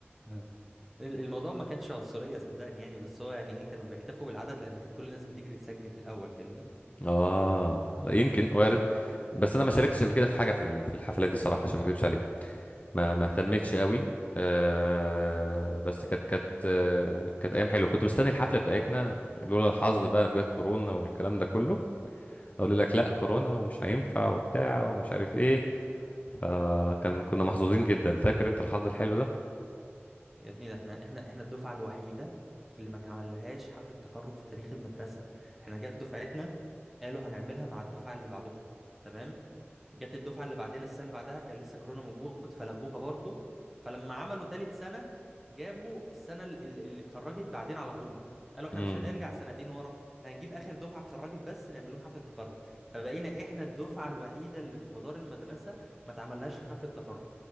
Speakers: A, in the centre; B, on the left (about 35°).
A: آه. الموضوع ما كانش عنصرية صدقني يعني بس هو يعني إيه كانوا بيكتفوا بالعدد لأن كانت كل الناس بتجري تسجل في الأول فاهمني
B: اه يمكن وارد بس انا ما شاركتش قبل كده في حاجة في ال- في الحفلات دي صراحة عشان ما اكذبش عليك ما ما اهتمتش قوي أه بس كانت كانت آه، كانت ايام حلوه كنت مستني الحفله بتاعتنا لولا الحظ بقى جت كورونا والكلام ده كله اقول لك لا كورونا ومش هينفع وبتاع ومش عارف ايه فكان كنا محظوظين جدا فاكر انت الحظ الحلو ده
A: يا ابني ده احنا احنا احنا الدفعة الوحيدة اللي ما اتعملهاش حفلة تخرج في تاريخ المدرسة احنا جت دفعتنا قالوا هنعملها مع الدفعة اللي بعدكم تمام جت الدفعة اللي بعدنا السنة اللي بعدها كان لسه كورونا موجود فلغوها برضو فلما عملوا تالت سنة جابوا السنة ال- ال- اللي اتخرجت بعدين على طول قالوا احنا
B: امم
A: مش هنرجع سنتين ورا احنا هنجيب اخر دفعة اتخرجت بس نعمل لهم حفلة تخرج فبقينا احنا الدفعة الوحيدة اللي في مدار المدرسة ما اتعملهاش حفلة تخرج